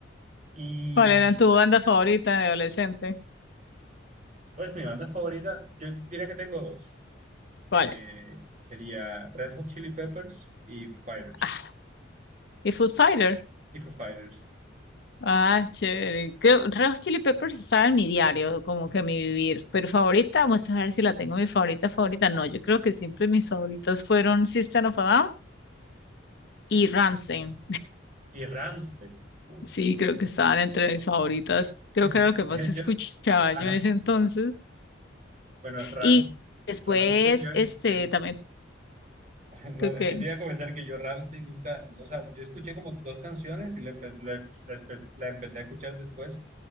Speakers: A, on the right; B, on the left.
A: Y
B: ¿Cuál era tu banda favorita de adolescente?
A: pues mi banda favorita, yo diría que tengo dos.
B: ¿Cuál
A: Eh,
B: es?
A: sería Red Hot Chili Peppers y Foo Fighters.
B: Ah, y Food Fighter.
A: Y Foo Fighters.
B: Ah, chévere. Creo, Red Hot Chili Peppers estaba en mi diario, como que mi vivir. Pero favorita, vamos a ver si la tengo mi favorita, favorita. No, yo creo que siempre mis favoritas fueron System of a Down y Ramsey
A: Y Rammstein. Uh,
B: Sí, creo que estaban entre mis favoritas. Creo
A: <laughs>
B: que era lo que más
A: De hecho,
B: escuchaba
A: a- a-
B: yo en ese entonces.
A: bueno, Ram,
B: Y después,
A: Rammstein, yo,
B: este,
A: yo
B: también
A: <laughs> No,
B: creo
A: es
B: que,
A: que te iba a comentar que yo Rammstein nunca, o sea, yo escuché como dos canciones y le empe- le la espe- la empecé a escuchar después